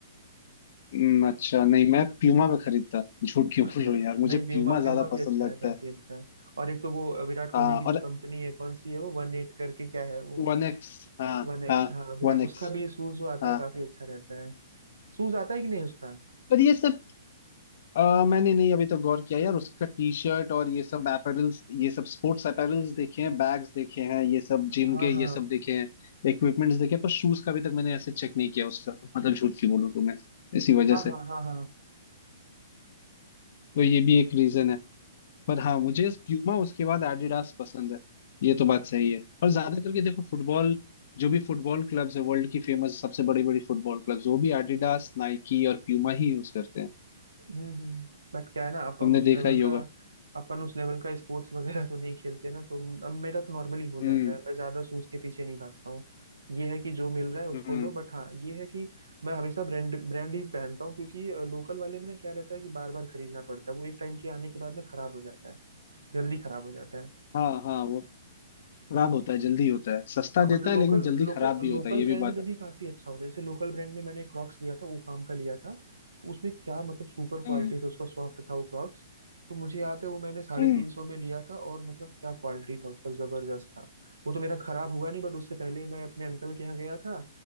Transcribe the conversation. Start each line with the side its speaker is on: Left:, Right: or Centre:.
Left: हम्म, अच्छा नहीं मैं प्यूमा पे खरीदता झूठ क्यों
Right: अच्छा
Left: बोल रहा हूँ यार मुझे
Right: नहीं प्यूमा
Left: प्यूमा
Right: प्यूमा
Left: ज्यादा
Right: भी
Left: पसंद
Right: अच्छा
Left: लगता
Right: है काफी
Left: है
Right: अच्छा है और एक तो वो विराट कोहली
Left: हाँ
Right: की जो
Left: और
Right: कंपनी है कौन सी है वो वन एट करके क्या है वो
Left: वन एक्स हाँ
Right: वन एक्स
Left: हाँ
Right: हाँ विराट
Left: वन एक्स
Right: उसका भी शूज जो आता
Left: हाँ
Right: है काफी अच्छा रहता है शूज आता है कि नहीं उसका
Left: पर ये सब अ, मैंने नहीं अभी तक गौर किया यार उसका टी शर्ट और ये सब अपैरल्स ये सब स्पोर्ट्स अपैरल्स देखे हैं बैग्स देखे हैं ये सब जिम
Right: हाँ
Left: के ये
Right: हाँ
Left: सब देखे हैं इक्विपमेंट्स देखे हैं, पर शूज का अभी तक मैंने ऐसे चेक नहीं किया उसका मतलब झूठ की बोलूं तो मैं इसी वजह
Right: हाँ हाँ
Left: से
Right: हाँ हाँ
Left: तो ये भी एक रीजन है पर हाँ मुझे प्यूमा उसके बाद एडिडास पसंद है ये तो बात सही है और ज्यादा करके देखो फुटबॉल जो भी फुटबॉल क्लब्स है वर्ल्ड की फेमस सबसे बड़ी बड़ी फुटबॉल क्लब्स वो भी एडिडास नाइकी और प्यूमा ही यूज करते हैं
Right: हम्म हम्म बट क्या है ना अपन
Left: तुमने
Right: उस
Left: देखा
Right: लेवल
Left: ही
Right: का
Left: होगा
Right: अपन उस लेवल का स्पोर्ट्स वगैरह तो नहीं खेलते ना तो अब मेरा तो नॉर्मली हो जाता
Left: हम्म
Right: है मैं ज्यादा सूज के पीछे नहीं भागता हूँ ये है कि जो मिल रहा है उसको
Left: हम्म
Right: लो बट हाँ ये है कि मैं हमेशा ब्रांड ब्रांड ही पहनता हूँ क्योंकि लोकल वाले में ना क्या रहता है कि बार बार खरीदना पड़ता है वो एक टाइम के आने के बाद ना खराब हो जाता है जल्दी खराब हो जाता है
Left: हाँ हाँ वो खराब होता है जल्दी होता है सस्ता
Right: हाँ
Left: देता
Right: but local
Left: है लेकिन जल्दी
Right: local
Left: खराब भी
Right: local
Left: होता है ये
Right: brand
Left: भी बात
Right: में
Left: है
Right: भी काफी अच्छा होता है जैसे लोकल ब्रांड में मैंने क्रॉक्स लिया था उफाम का लिया था तो उसमें क्या मतलब सुपर क्वालिटी
Left: हम्म
Right: था उसका सॉफ्ट था वो क्रॉक्स तो मुझे याद है वो मैंने साढ़े
Left: हम्म
Right: तीन सौ में लिया था और मतलब क्या क्वालिटी था उसका जबरदस्त था वो तो मेरा खराब हुआ नहीं बट उससे पहले मैं अपने अंकल के यहाँ गया था